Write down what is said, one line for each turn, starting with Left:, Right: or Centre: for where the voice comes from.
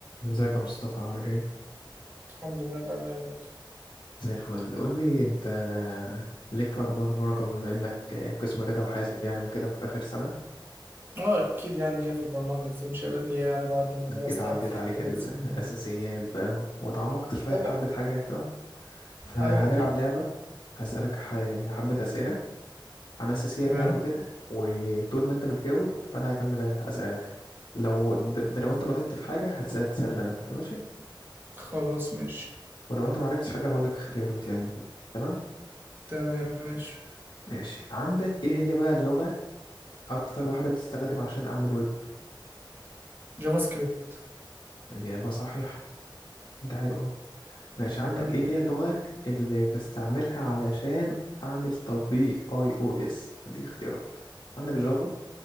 Left: ازيك يا مصطفى عامل ايه؟
Right: الحمد لله انت عامل ايه يا مول
Left: زي الفل قول لي انت ليك في اخبار بركه بما انك قسم رضا وحاسب يعني وكده في اخر سنه
Right: اه اكيد يعني ليا في البرمجه ازاي مش هيبقى ليا يعني بعد ما درستها
Left: كده عدت
Right: في
Left: عليك
Right: ثلاث
Left: الاساسيات
Right: سنين
Left: بقى وتعمقت شويه
Right: طبعا
Left: في حبه حاجات اه فهنلعب
Right: ايوه اكيد
Left: لعبه هسالك ح- حبه اسئله عن اساسيات
Right: تمام
Left: يعني وكده وطول ما انت بتجاوب فانا هكمل اسالك لو ده, ده لو انت غلطت في حاجه هتس- هتسال انا انت ماشي
Right: خلاص ماشي
Left: ولو انت معرفتش حاجه هقول لك اختيارات يعني وكده تمام
Right: تمام ماشي
Left: ماشي عندك ايه هي بقى اللغه اكتر واحدة بتستخدم عشان اعمل ويب
Right: جافا سكريبت
Left: اجابة صحيحة انت حلو اهو ماشي عندك
Right: عيب عليك
Left: ايه هي اللغة اللي بستعملها علشان اعمل تطبيق اي او اس هديك اختيارات عندك جافا